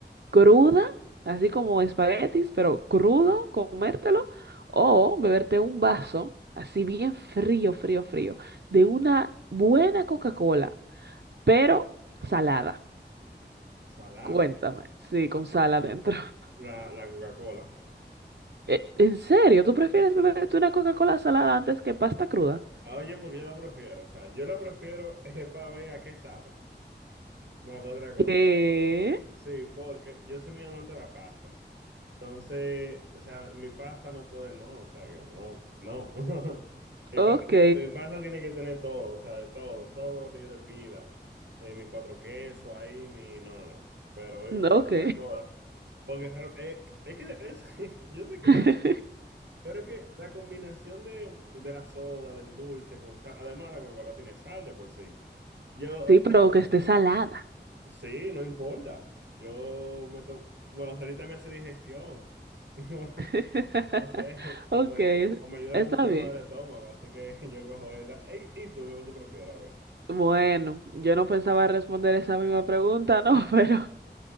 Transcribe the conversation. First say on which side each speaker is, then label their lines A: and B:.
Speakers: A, on the right; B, on the right.
A: cruda, así como espaguetis, pero crudo, comértelo? ¿O beberte un vaso, así bien frío, frío, frío, de una buena Coca-Cola, pero salada?
B: Salada.
A: Cuéntame, sí, con sal adentro. <laughs>
B: La, la Coca-Cola.
A: Eh, ¿En serio? ¿Tú prefieres beberte una Coca-Cola salada antes que pasta cruda?
B: Ah, Oye, porque yo la prefiero. O sea, yo la prefiero <laughs> es para ver a qué sabe. Más que otra cosa.
A: ¿Qué?
B: Sí, porque yo soy muy amante de la pasta. Entonces, o sea, mi pasta no puede, no. O sea, que no, no. <laughs> Mi
A: Ok,
B: pasta, tiene- mi pasta tiene que tener todo, o sea, de todo, todo lo que yo le pida. Eh, mi cuatro quesos ahí, mi. No, no, no. Pero yo
A: ok.
B: prefiero la Coca-Cola. Porque es, es que es, <laughs> yo sé que
A: <laughs>
B: Pero es que la combinación de, de la soda, del dulce con sal, además la Coca-Cola tiene sal de por sí. Yo,
A: Sí, pero que esté salada.
B: sí, no importa. Yo me tomo, bueno, ahorita me hace digestión. <laughs>
A: <laughs>
B: No sé,
A: Ok,
B: o me,
A: es-
B: o me ayuda
A: está
B: con un problema
A: bien.
B: del estómago, así que <laughs> yo cojo esa. Ey, ¿y tú qué tú prefieres, güey?
A: Bueno, yo no pensaba responder esa misma pregunta, no, <laughs> pero